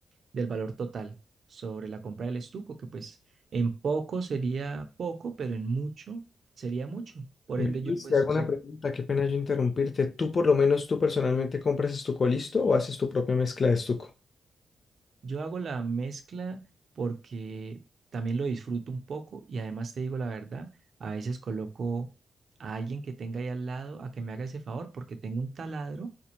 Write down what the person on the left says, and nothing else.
Ve,
Luis,
te hago una pregunta. Qué pena yo interrumpirte. ¿Tú, por lo menos, tú personalmente compras estucolisto o haces tu propia mezcla de estuco?